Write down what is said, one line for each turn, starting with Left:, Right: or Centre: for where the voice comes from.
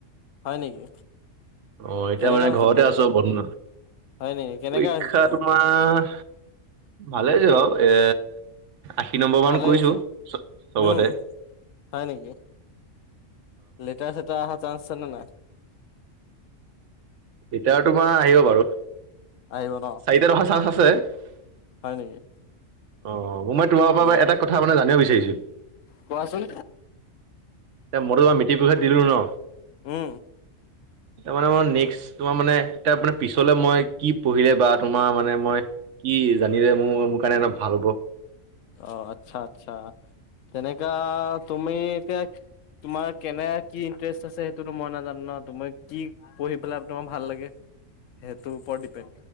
Left: হয় নেকি।
Right: অ', এতিয়া
Left: কেনেকা
Right: মানে
Left: হৈছে
Right: ঘৰতে
Left: প
Right: আছোঁ বন্ধ।
Left: হয় নেকি কেনেকা
Right: পৰীক্ষা
Left: হৈছে
Right: তোমাৰ ভালে য হক এ, আশী নম্বৰ
Left: ভালে
Right: মান কৰিছোঁ
Left: হৈছে
Right: চ-চবতে।
Left: উম হয় নেকি। লেটাৰ চেটাৰ অহা চান্স আছেনে নাই?
Right: এতিয়া তোমাৰ আহিব বাৰু।
Left: আহিব ন
Right: চাৰিটাত অহা চান্স আছে। অ',
Left: হয় নেকি
Right: মই তোমাৰ পৰা
Left: ম
Right: এটা কথা মানে জানিব বিচাৰিছোঁ। এ,
Left: কোৱাচোন
Right: মই তোমাৰ মেট্ৰিক পৰীক্ষা দিলো ন'
Left: উম।
Right: তাৰ মানে মই নেক্স তোমাৰ মানে তাৰ মানে পিছলে মই কি পঢ়িলে বা তোমাৰ মানে মই। কি জানিলে মোৰ, মোৰ কাৰণে এ, ভাল হ'ব।
Left: অ', আচ্ছা আচ্ছা। তেনেকা তুমি এতিয়া তোমাৰ কেনে কি ইণ্টাৰেষ্ট আছে সেইটোতো মই নাজানো ন'। তুমি কি পঢ়ি পেলাই তোমাৰ ভাল লাগে। সেইটো ওপৰত ডিপেণ্ড